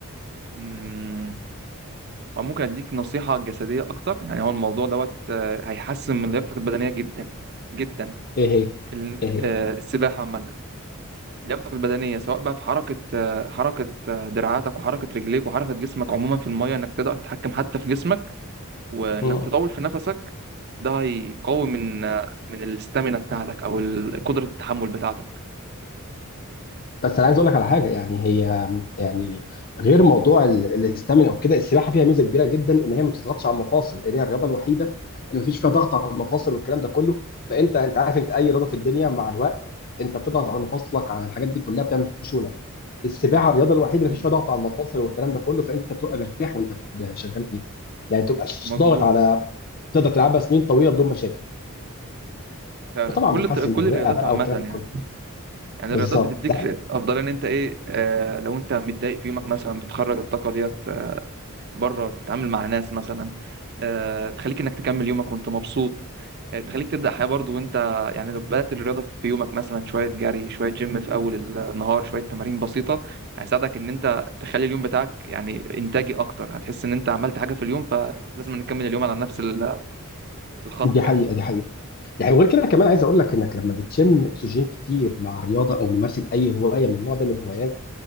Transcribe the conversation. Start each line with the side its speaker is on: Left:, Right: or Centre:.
Right: أمم، وممكن اديك نصيحه جسديه اكتر يعني هو الموضوع دوت آه، هيحسن من لياقتك البدنيه جدا جدا
Left: ايه هي
Right: ال-
Left: ايه هي
Right: آه، السباحه عامه لياقتك البدنيه سواء بقى في حركه آه، حركه آه، دراعاتك وحركه رجليك وحركه جسمك عموما في الميه انك تقدر تتحكم حتى في جسمك وانك
Left: مم.
Right: تطول في نفسك ده هيقوي من آه، من الاستامينا بتاعتك او ال- قدره التحمل بتاعتك
Left: بس انا عايز اقول لك على حاجه يعني هي يعني غير موضوع ال- الاستامينا وكده السباحه فيها ميزه كبيره جدا ان هي ما بتضغطش على المفاصل اللي هي الرياضه الوحيده اللي ما فيش فيها ضغط على المفاصل والكلام ده كله فانت انت عارف انت اي رياضه في الدنيا مع الوقت انت بتضغط على مفاصلك على الحاجات دي كلها بتعمل خشونه السباحه الرياضه الوحيده
Right: مظبوط
Left: اللي ما فيش فيها ضغط على المفاصل والكلام ده كله فانت بتبقى مرتاح وانت شغال فيها يعني تبقى
Right: مظبوط
Left: ضاغط على تقدر تلعبها سنين طويله بدون مشاكل
Right: فعلا
Left: وطبعا
Right: كل
Left: بتحسن
Right: الت- كل
Left: الرئه
Right: الرياضات
Left: بقى
Right: عامه
Left: والكلام
Right: يعني
Left: ده كله
Right: يعني
Left: بالظبط
Right: الرياضات بتديك في افضل ان انت ايه آه لو انت متضايق في يومك مثلا بتخرج الطاقه ديت آه، بره تتعامل مع ناس مثلا آه تخليك انك تكمل يومك وانت مبسوط آه، تخليك تبدأ حياة برضو وانت يعني لو بدأت الرياضة في يومك مثلا شوية جري شوية جيم في أول النهار شوية تمارين بسيطة هيساعدك إن أنت تخلي اليوم بتاعك يعني إنتاجي أكتر هتحس إن أنت عملت حاجة في اليوم فلازم نكمل اليوم على نفس ال- الخط
Left: دي
Right: يعني
Left: حقيقه دي حقيقه يعني وغير كده كمان عايز اقول لك انك لما بتشم اكسجين كتير مع الرياضه او ممارسه اي هوايه من النوع ده من الهوايات